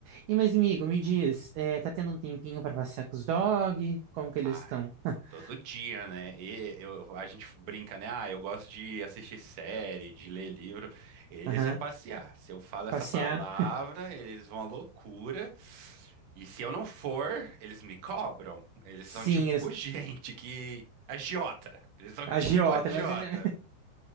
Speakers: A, on the right; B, on the right.
A: E, mas, amigo, me diz, eh, tá tendo um tempinho pra passear com os dog? Como que eles
B: Ai,
A: estão? <laughs>
B: todo dia, né? E eu, a gente brinca, né? Ah, eu gosto de assistir série, de ler livro. Eles
A: Aham.
B: é passear. Se eu falo essa
A: Passear?
B: palavra, eles vão à loucura. E se eu não for, eles me cobram. Eles
A: Sim,
B: são tipo
A: eles...
B: <laughs> gente que... Agiota. Eles são
A: Agiota,
B: tipo agiota.
A: mas... né?